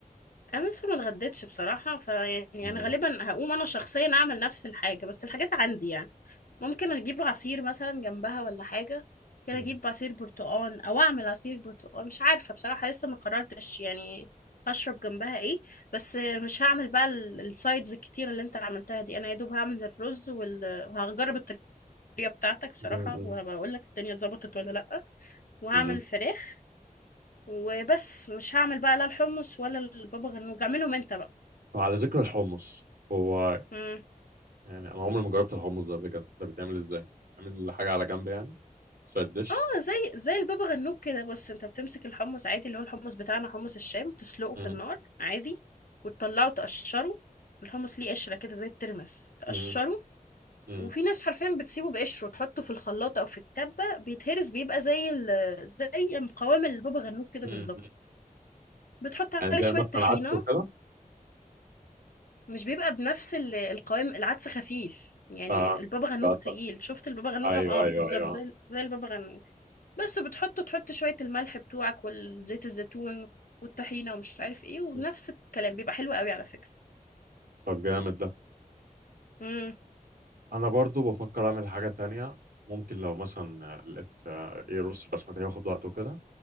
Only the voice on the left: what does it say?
انا لسه ما اتغديتش بصراحه فيعني
انا غالبا هقوم انا شخصيا اعمل نفس الحاجه بس الحاجات عندي يعني ممكن اجيب عصير مثلا جنبها ولا حاجه ممكن
اجيب عصير برتقال او اعمل عصير برتقال مش عارفه بصراحه لسه ما قررتش يعني هشرب جنبها ايه بس مش هعمل بقى ال- السايدز الكتيره اللي انت عملتها دي انا يا دوب هعمل الرز وال... وهجرب الطريقه بتاعتك بصراحه
وهبقول لك الدنيا اتظبطت ولا لا وهعمل
الفراخ وبس مش هعمل بقى لا الحمص ولا البابا غنوج اعملهم انت بقى
مم.
اه زي زي البابا غنوج كده بص انت بتمسك الحمص عادي اللي هو الحمص بتاعنا حمص الشام تسلقه في
النار عادي وتطلعه تقشره الحمص ليه قشرة كده زي الترمس تقشره
وفي ناس حرفيا بتسيبه بقشره تحطه في الخلاط او في الكبة بيتهرس بيبقى زي ال... زي قوام البابا غنوج كده
بالظبط بتحط
عليه
شوية
طحينة
مش بيبقى بنفس ال- القوام العدس خفيف يعني
البابا غنوج
تقيل شفت البابا غنوج
عم- اه
بالظبط
زي زي البابا غنوج بس بتحط تحط شوية الملح بتوعك والزيت الزيتون والطحينة ومش عارف ايه ونفس
الكلام بيبقى حلو قوي على فكرة
امم